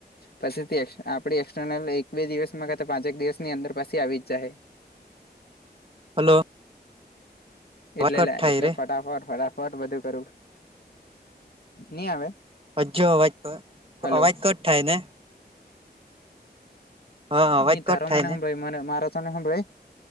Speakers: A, on the left; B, on the right.
A: પછી થી આપડી એક્સર્નલ એક બે દિવસમા પાંચેક દિવસની અંદર પછી આવી જાય.
B: હલો. અવાજ
A: એટલે
B: કટ થાય
A: એટલે
B: રે
A: ફટાફટ ફટાફટ બધું કરું નઈ આવે.
B: હજુ અવાજ <unintelligible>
A: હલો
B: અવાજ કટ થાય ને. હા અવાજ
A: નહી
B: કટ
A: તારો
B: થાય
A: મને
B: ને
A: હભરાય તારો મને મારા તને સંભળાય